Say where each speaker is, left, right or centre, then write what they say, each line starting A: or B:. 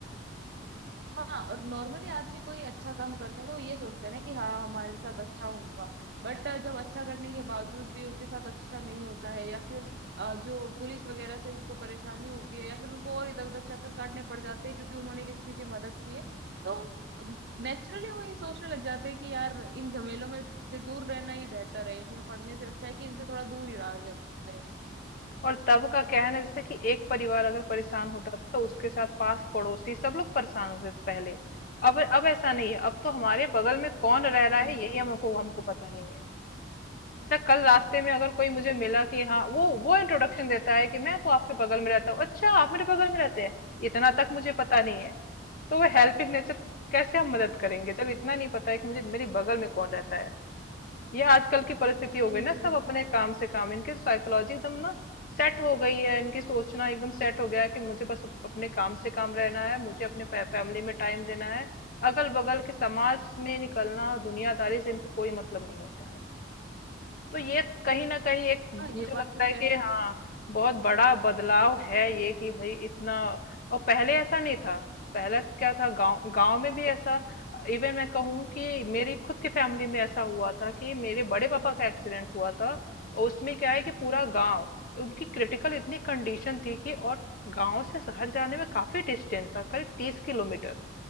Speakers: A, on the right; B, on the left.
A: हाँ और नॉर्मली आदमी कोई अच्छा काम करता है तो वो ये सोचते हैं ना कि हाँ हमारे साथ अच्छा होगा बट जब अच्छा करने के बावजूद भी उनके साथ अच्छा नहीं होता है या फिर अ, जो पुलिस वगैरह से उनको परेशानी होती है या फिर उनको और इधर उधर चक्कर काटने पड़ जाते हैं क्योंकि उन्होंने किसी की मदद की है तो नेचुरली वो ये सोचने लग जाते हैं कि यार इन झमेलों में से दूर रहना ही बेहतर है इनमें पढ़ने से अच्छा है कि इनसे थोड़ा दूर ही रहा जाए
B: और तब का क्या है ना जैसे कि एक परिवार अगर परेशान होता था तो उसके साथ पास पड़ोसी सब लोग परेशान होते थे पहले अब अब ऐसा नहीं है अब तो हमारे बगल में कौन रह रहा
A: हम्म
B: है यही हमको हमको पता नहीं है अच्छा कल रास्ते में अगर कोई मुझे मिला कि हाँ वो वो इंट्रोडक्शन देता है कि मैं तो आपके बगल में रहता हूँ अच्छा आप मेरे बगल में रहते हैं इतना तक मुझे पता नहीं है तो वो हेल्पिंग नेचर कैसे हम मदद करेंगे जब इतना नहीं पता है कि मुझे मेरे बगल में कौन रहता है ये आजकल की परिस्थिति हो
A: नहीं
B: गई
A: नहीं
B: ना
A: सही
B: सब अपने काम से काम इनकी साइकोलॉजी एकदम ना सेट हो गई है इनकी सोचना एकदम सेट हो गया है कि मुझे बस अप- अपने काम से काम रहना है मुझे अपने फै, फैमिली में टाइम देना है अगल बगल के समाज में निकलना दुनियादारी से इनको कोई मतलब नहीं होता है तो ये कहीं ना कहीं एक मुझे
A: हाँ ये बात
B: लगता
A: तो कह
B: है कि
A: रहे हैं।
B: हाँ बहुत बड़ा बदलाव है ये कि भाई इतना और पहले ऐसा नहीं था पहले क्या था गांव गांव में भी ऐसा इवन मैं कहूँ कि मेरी खुद की फैमिली में ऐसा हुआ था कि मेरे बड़े पापा का एक्सीडेंट हुआ था और उसमें क्या है कि पूरा गांव उनकी क्रिटिकल इतनी कंडीशन थी कि और गांव से शहर जाने में काफी डिस्टेंस था करीब तीस किलोमीटर